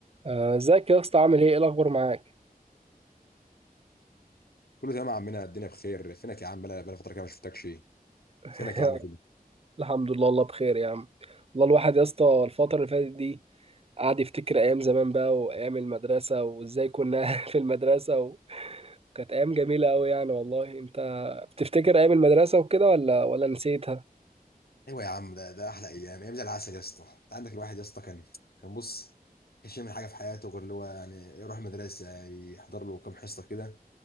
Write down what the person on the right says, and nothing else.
آه، ازيك يا اسطى عامل ايه ايه الاخبار معاك
<laughs>
الحمد لله الله بخير يا عم والله الواحد يا اسطى الفتره اللي فاتت دي قعد يفتكر ايام زمان بقى وايام المدرسه وازاي كنا <laughs> في المدرسه وكانت ايام جميله قوي يعني والله انت بتفتكر ايام المدرسه وكده ولا ولا نسيتها